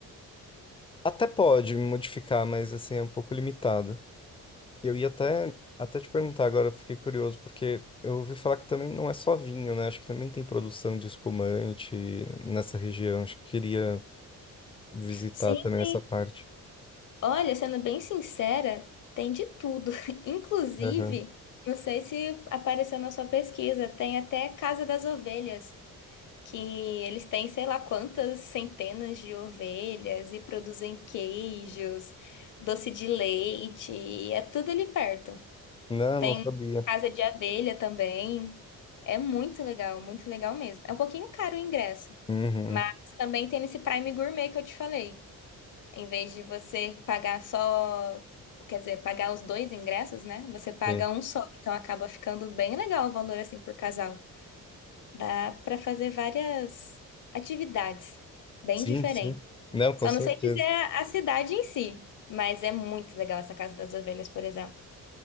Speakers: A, on the left; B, on the left.
A: Até pode modificar, mas assim é um pouco limitado. Eu ia até até te perguntar agora, eu fiquei curioso porque eu ouvi falar que também não é só vinho, né? Acho que também tem produção de espumante nessa região. Acho que queria visitar
B: Sim,
A: também essa
B: sim.
A: parte.
B: Olha, sendo bem sincera, tem de tudo. <laughs> Inclusive,
A: Aham.
B: não sei se apareceu na sua pesquisa, tem até Casa das Ovelhas. que eles têm sei lá quantas centenas de ovelhas e produzem queijos, doce de leite, e é tudo ali perto.
A: Não,
B: Tem
A: não sabia.
B: casa de abelha também. É muito legal, muito legal mesmo. É um pouquinho caro o ingresso,
A: Uhum,
B: mas também tem esse Prime Gourmet que eu te falei. Em vez de você pagar só, quer dizer, pagar os dois ingressos, né? Você paga
A: sim.
B: um só, então acaba ficando bem legal o valor assim por casal. Dá para fazer várias atividades bem
A: Sim,
B: diferentes.
A: sim. Não, com
B: Só
A: certeza.
B: não sei dizer a a cidade em si, mas é muito legal essa Casa das Ovelhas, por exemplo.